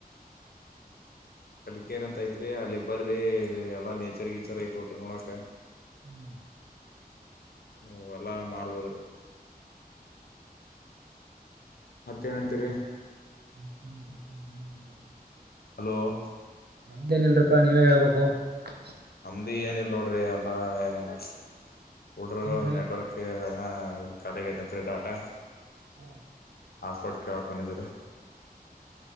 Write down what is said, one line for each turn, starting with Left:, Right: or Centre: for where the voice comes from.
Left: <inaudible> ಕಲಿಕೇರಿ, ಅಂತ, ಐತ್ರಿ ಅಲ್ಲಿ. <inaudible> ಬರ್ರಿ, ಎಲ್ಲಾ, ನೇಚರ್, ಗೀಚರ್ ಐತ, ಊಟ, ಮಾಡೋಕಾ, ನೋಡಾಕ. <inaudible>
Right: ಹ್ಮ್. <inaudible>
Left: ನೀವ್, ಹೊಲ, ಮಾರುಬೋಹುದುರಿ. <inaudible> ಮತ್ತೇ, ಏನಂತೀರಿ.? <inaudible>
Right: ಹ.. <unintelligible>
Left: ಹಲೋ. <inaudible>
Right: ನಮ್ದೇನ್, ಇಲ್ರಾಪ್ಪಾ, ನೀವೇಳ್ಬೇಕು. <inaudible> ಹ-.. <unintelligible>
Left: ಬರೀ, ಏನಿಲ್ಲ, ನೋಡ್ರಿ, ಎಲ್ಲಾ.? <inaudible> ಕೊಡ್ರೊ,
Right: ಏನ್ರೀ
Left: ನೆಟ್ವರ್ಕೆ. <inaudible> ಹ, ಇದು, ಕಾಲಿಹಾಗೈತಂತ್ರಿ ಡಾಟಾ. <inaudible>
Right: ಹ್ಮ. <inaudible>
Left: ಹಾಟ್ಸ್ಪಾಟ್, ಕೇಳಾಕು, ಬಂದಿದ್ದ್ರೀ